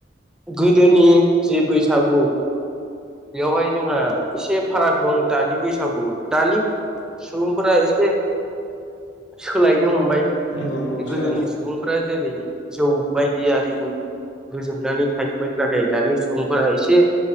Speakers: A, in the centre; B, on the left.
A: गोदोनि जि बैसागु बेयावहाय जोंहा एसे फाराग दं दानि बैसागु दानि सुबुंफोरा एसे सोलायनो हमबाय
B: नंगौ नंगौ
A: गोदोनि
B: सोलायबाय
A: सुबुंफोरा जेरै जौ बायदि आरिजों गोजोबनानै थायोमोन नाथाय दानि सुबुंफोरा एसे